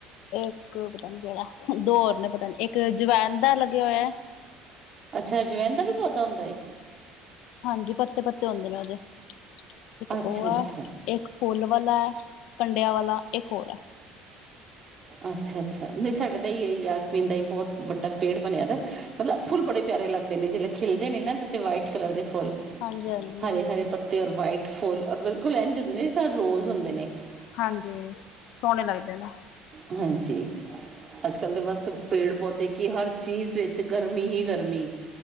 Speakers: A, on the left (about 75°); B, on the right (about 35°).
A: ਇੱਕ ਪਤਾ ਨੀ ਕਿਹੜਾ, ਦੋ ਹੋਰ ਨੇ ਪਤਾ ਨੀ ਇੱਕ ਅਜਵਾਇਨ ਦਾ ਲੱਗਿਆ ਹੋਇਆ।
B: ਅੱਛਾ ਅਜਵੈਨ ਦਾ ਵੀ ਪੌਦਾ ਹੁੰਦਾ ਏ।
A: ਹਾਂਜੀ ਪੱਤੇ ਪੱਤੇ ਹੁੰਦੇ ਨੇ ਉਹਦੇ ਇੱਕ
B: ਅੱਛਾ
A: ਉਹ
B: ਅੱਛਾ
A: ਆ। ਇੱਕ ਫੁੱਲ ਵਾਲਾ ਹੈ ਕੰਡਿਆਂ ਵਾਲਾ ਇੱਕ ਹੋਰ ਹੈ।
B: ਅੱਛਾ ਅੱਛਾ ਨਹੀਂ ਸਾਡੇ ਤਾਂ ਇਹੀ ਯਾਸਮੀਨ ਦਾ ਹੀ ਬਹੁਤ ਵੱਡਾ ਪੇੜ ਬਣਿਆਦਾ ਏ। ਮਤਲਬ ਫੁੱਲ ਬੜੇ ਪਿਆਰੇ ਲੱਗਦੇ ਨੇ ਜਿਲੇ ਖਿੱਲਦੇ ਨੇ ਨਾ ਵਾਈਟ ਕਲਰ ਦੇ ਫੁੱਲ
A: ਹਾਂਜੀ-ਹਾਂਜੀ,
B: ਹਰੇ ਹਰੇ ਪੱਤੇ ਔਰ ਵਾਈਟ ਫੁੱਲ ਔਰ ਬਿਲਕੁਲ ਇੰਝ ਹੁੰਦੇ ਨੇ ਜਿਦਾ ਰੋਜ਼ ਹੁੰਦੇ ਨੇ।
A: ਹਾਂਜੀ ਸੋਹਣੇ ਲੱਗਦੇ ਨੇ।
B: ਹਾਂਜੀ ਅੱਜ ਕੱਲ੍ਹ ਦੇ ਬਸ ਪੇੜ ਪੌਦੇ ਕਿ ਹਰ ਚੀਜ਼ ਵਿੱਚ ਗਰਮੀ ਹੀ ਗਰਮੀ